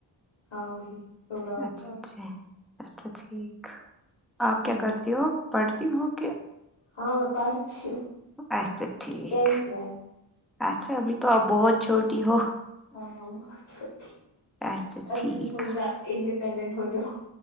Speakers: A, on the left; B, in the centre.
A: ہاں وہی سورا آنچار
B: اچھا اچھا اچھا ٹھیک آپ
A: ہمم
B: کیا کرتی ہو پڑھتی ہو کہ
A: ہاں میں پڑھتی ہوں
B: اچھا ٹھیک
A: ٹینتھ میں
B: اچھا ابھی تو آپ بہت چھوٹی ہو
A: ہاں بٹ
B: اچھا
A: ابھی
B: ٹھیک
A: سے سوچا انڈیپینڈنٹ ہو جا